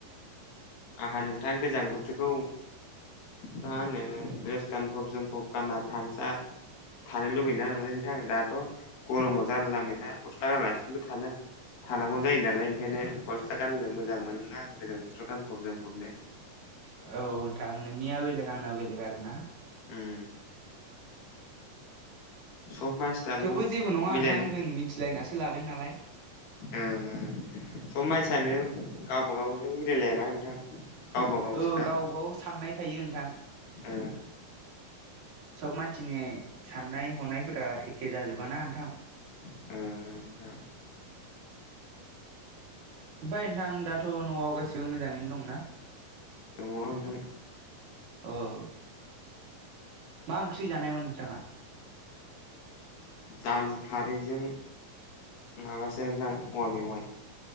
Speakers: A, on the left; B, on the right.
A: आंहा नोंथा गोजां बोथोरखौ मा होनो द्रेस गानफब जोमफब गानना थानसा थानो लुबैयोना नालाय नोंथां दाथ' गरमाव जानला मेनला गस्ला गानालासिनोबो थानो थानांगौ जायो नालाय ओंखायनो गस्ला गाननो मोजां मोनोना आं गोजां बोथोराव गानफब जोमफबनो।
B: औ नोंथां नोंनिया बेलेग आंना बेलेग आरो ना।
A: उम सब। मानसिफ्राबो
B: थेवबो जेबो नङा
A: मिलायनो
B: नोंथां जों मिथिलायनासो लादों नालाय
A: ओं ओं सब मानसियानो गावबाागावजों मिलायलायाना नोंथां गावबा गावसोखा
B: औ गावबाव साननाय थायो नोंथां
A: ओ।
B: सब मानसिनि साननाय हनायफोरा एखे जाजोबाना नोंथां।
A: उम उम नोथां।
B: ओमफ्राय नोंथां दाथ' न'आव गासिबो मोजाङैनो दंना?
A: अ‌ नोंथां।
B: औ। मा ओंख्रि जानायमोन नोंथाङा?
A: दालि खारैजों माबासो नोंथां अवा मेवाइ।